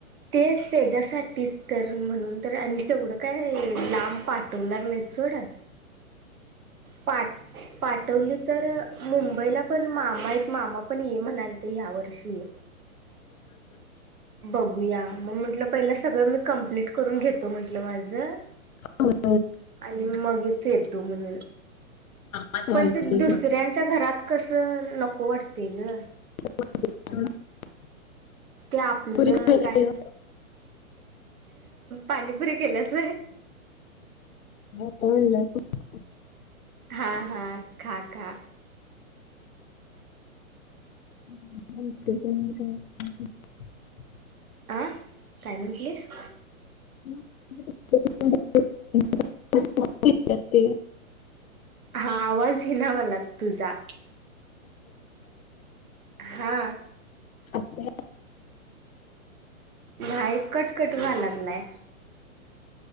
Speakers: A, on the right (about 80°); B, on the left (about 75°).
A: तेच त्याच्यासाठीच तर, म्हणून तर तेवढं काय लांब पा ठवणार नाहीत सोड, पा पाठवली तर तर अ मुंबईला पण मामा आहेत, मामा पण ये म्हणालते ह्या वर्षी. बघूया, मग म्हंटलं पहिलं सगळं मी कंप्लीट करून घेतो म्हंटलं माझं
B: हो
A: आणि मगच येतो म्हणून
B: पाणीपुरी
A: पण ते दुसऱ्यांच्या घरात कसं, नको वाटते गं.
B: <unintelligible>
A: ते आपलं
B: खायला
A: काय पाणीपुरीे केल्यास व्हय?
B: <unintelligible>
A: हा हा खा खा.
B: <unintelligible>
A: आं काय म्हंटलीस?
B: <unintelligible> तर ते
A: हा आवाज येईना मला तुझा. हा.
B: आता
A: नाही कटकट व्हाय लागलाय.